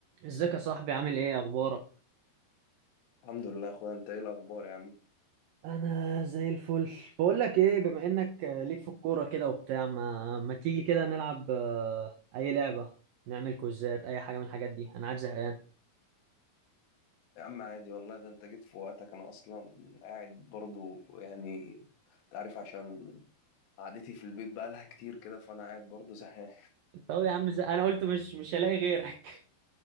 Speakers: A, on the right; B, on the left.
A: ازيك يا صاحبي عامل ايه اخبارك
B: الحمد لله يا اخويا انت ايه الاخبار يا عم
A: انا زي الفل بقول لك ايه بما انك آه، ليك في الكوره كده وبتاع ما ما تيجي كده نلعب آه، اي لعبه نعمل كوزات اي حاجه من الحاجات دي انا قاعد زهقان
B: يا عم عادي والله ده انت جيت في وقتك انا اصلا قاعد برضو يعني انت عارف عشان قعدتي في البيت بقالها كتير كده فانا قاعد برضو زهقان
A: طب يا عم زي... انا قلت مش مش هلاقي غيرك